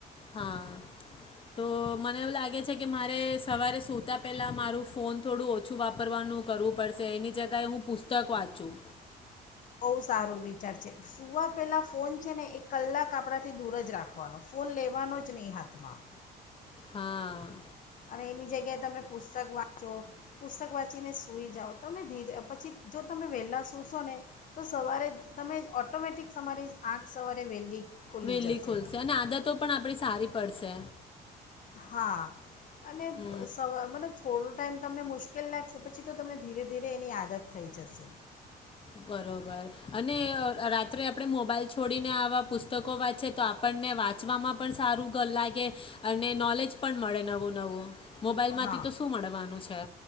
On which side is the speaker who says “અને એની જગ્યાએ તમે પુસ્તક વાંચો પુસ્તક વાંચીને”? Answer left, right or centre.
Left